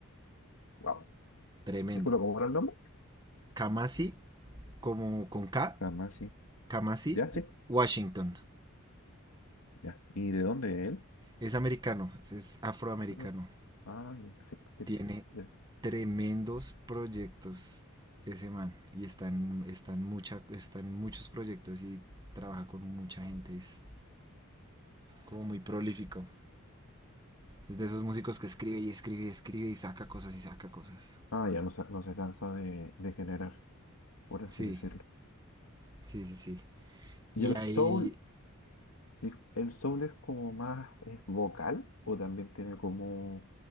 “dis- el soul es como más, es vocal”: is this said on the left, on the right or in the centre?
Left